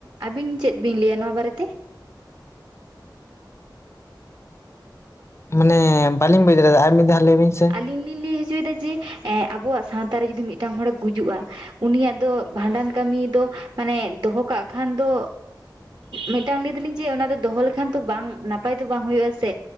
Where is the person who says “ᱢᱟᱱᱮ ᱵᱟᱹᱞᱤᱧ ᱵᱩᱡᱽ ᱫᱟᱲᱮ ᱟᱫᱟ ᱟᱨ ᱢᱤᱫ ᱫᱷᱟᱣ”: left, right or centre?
Left